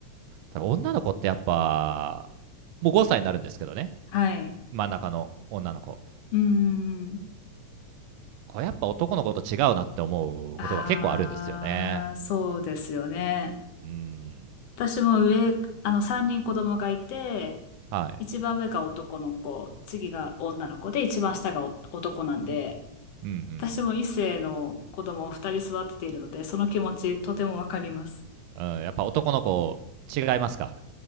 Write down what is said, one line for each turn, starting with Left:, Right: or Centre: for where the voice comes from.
Right: ただ女の子ってやっぱ、もう5歳になるんですけどね、
Left: はい。
Right: 真ん中の女の子。
Left: うんうんうんうんはいうんうん
Right: これやっぱ男の子と違うなって思うことが結構あるんですよね。
Left: ああ、そうですよね。
Right: うん。
Left: 私も上、あの、三人子供がいて、
Right: はい。
Left: 一番上が男の子、次が女の子で、一番下がお男なんで、
Right: うんうん
Left: 私も異性の子供を二人育てているので、その気持ちとてもわかります。
Right: うん。うん、やっぱ男の子違いますか？